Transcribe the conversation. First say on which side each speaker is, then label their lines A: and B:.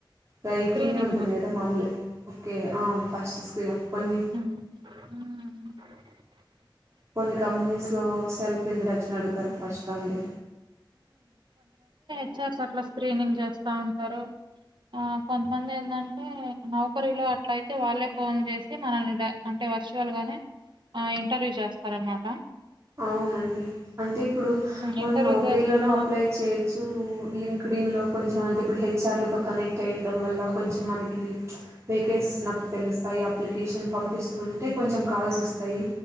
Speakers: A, on the right (about 35°); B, on the right (about 65°).
A: రైటింగే
B: స్క్రీనింగ్
A: ఉంటుంది కదా మామూలు ఓకే ఫస్ట్ స్క్రీన్ కొన్ని
B: అ
A: కొన్ని కంపెనీస్లో సెల్ఫ్ ఇంట్రొడక్షన్ అడుగుతారు ఫస్ట్ అండి
B: హచ్ఆర్స్ అట్లా స్క్రీనింగ్ చేస్తా ఉంటారు కొంతమంది ఏంటంటే నౌకరీలో అట్లయితే వాళ్ళే ఫోన్ చేసి మనల్ని అంటే వర్చువల్గానే ఇంటర్వ్యూ చేస్తారనమాట
A: అవునండి అంటే ఇప్పుడు మనం
B: ఇంటర్వ్యూ
A: నౌకరీలోనూ
B: చేసిన తర్వాత
A: అప్లై చేయొచ్చు లింక్ డింన్న్లొ కొంచెం అంటే ఇప్పుడు హెచ్ఆర్ లతో కనెక్ట్ అయి ఉండటం వల్ల కొంచెం మనకి వేకెన్సీస్ తెలుస్తాయి అప్లై కేషన్ పంపిస్తూంటే కొంచెం కాల్స్ వస్తాయి